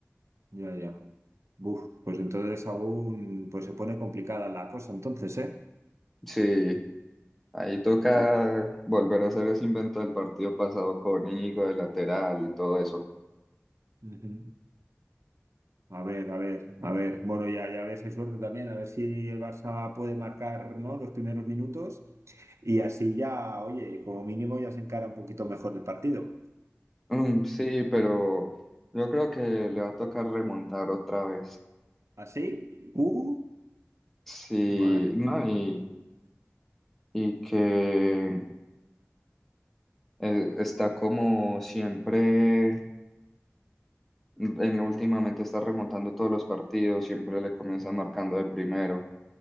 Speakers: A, on the right; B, in the centre.
A: Ya, ya. Buf, pues entonces aún pues se pone complicada la cosa, entonces, ¿eh?
B: Sí, ahí toca
A: Sí, sí.
B: volver a hacer ese invento del partido pasado con Íñigo de lateral y todo eso.
A: Ujú. A ver, a ver, a ver. Bueno, ya, ya ves, hay suerte también, a ver si el Barça puede marcar, ¿no? los primeros minutos y así ya, oye, como mínimo ya se encara un poquito mejor el partido.
B: Mm, sí, pero yo creo que le va a tocar remontar otra vez.
A: ¿Así? Uh,
B: Sí,
A: madre.
B: no, y, y que eh, está como siempre, en, últimamente está remontando todos los partidos, siempre le comienza marcando de primero.